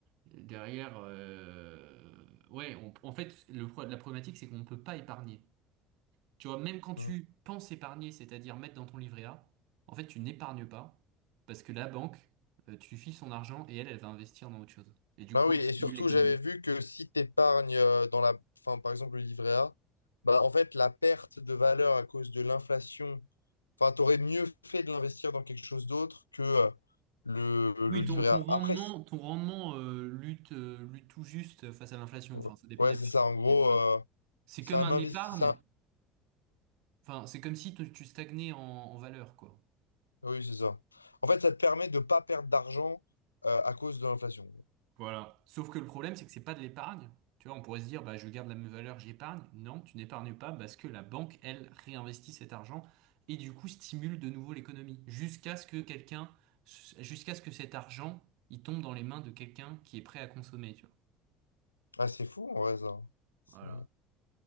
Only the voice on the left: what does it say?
Ouais.
Ah
oui,
et
surtout,
j'avais vu que si t'épargnes euh, dans la... Enfin, par exemple, le livret A, bah, en fait, la perte de valeur à cause de l'inflation, enfin, t'aurais mieux fait de l'investir dans quelque chose d'autre que euh, le,
le livret
A.
Après, c'est-
ouais,
ouais,
c'est ça, en
gros...
euh,
c'est
un
investissement,
Oui, c'est ça. En fait, ça te permet de ne pas perdre d'argent euh, à cause de l'inflation.
Ah, c'est fou, en vrai, ça. C'est-